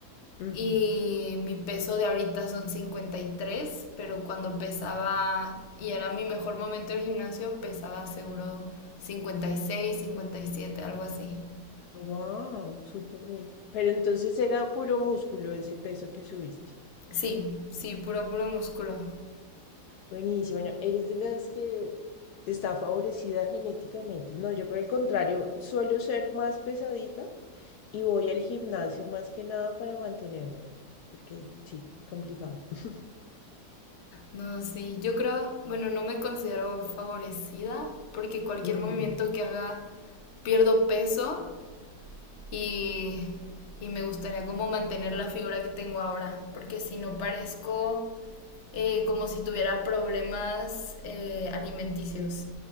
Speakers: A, on the left; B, on the left.
A: ujú.
B: y mi peso de ahorita son cincuenta y tres pero cuando pesaba y era mi mejor momento del gimnasio, pesaba seguro cincuenta cincuenta y seis cincuenta y siete algo así.
A: Wow, súper bien. Pero entonces era puro músculo ese peso que subiste.
B: Sí, sí, puro, puro músculo.
A: Buenísimo. Bueno, eres de las que está favorecida genéticamente. No, yo por el contrario, suelo ser más pesadita y voy al gimnasio más que nada para mantenerme, porque sí, complicado. <laughs>
B: No, sí, yo creo, bueno, no me considero favorecida porque cualquier
A: Ujú.
B: movimiento que haga pierdo peso y, y me gustaría como mantener la figura que tengo ahora, porque si no parezco eh, como si tuviera problemas eh, alimenticios,